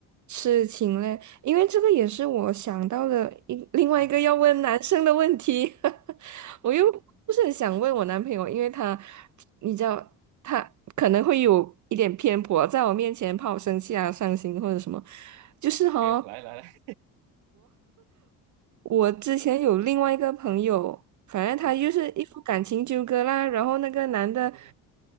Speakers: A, on the right; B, on the right.
A: 痴情嘞？因为这个也是我想到的一另外一个要问男生的问题，
B: 嗯哼
A: <laughs> 我又不是很想问我男朋友，因为他你知道可能会有一点偏颇，在我面前怕我生气啊、伤心或者什么，就是哈。
B: ，OK，OK，OK，来来来，
A: 我之前有另外一个朋友，反正他就是一副感情纠葛啦，
B: 嗯哼，
A: 然后那个男的，
B: 嗯哼，